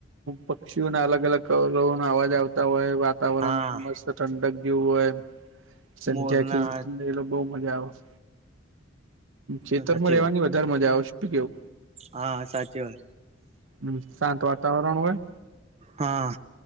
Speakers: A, on the right; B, on the right.
A: પક્ષીઓના અલગ અલગ કલરવો ના અવાજ આવતા હોય વાત વાતાવરણ
B: હા
A: મસ્ત ઠંડક જેવું હોય સંધ્યા
B: મોરના
A: ખિલતિહોયબહુ મજા આવે છેતર
B: સાચી
A: માં રેવાની
B: વાત
A: વધારે મજા આવશે શુ‌ કેવુ.
B: હા સાચી વાત.
A: હમ શાંત વાતાવરણ હોય.
B: હા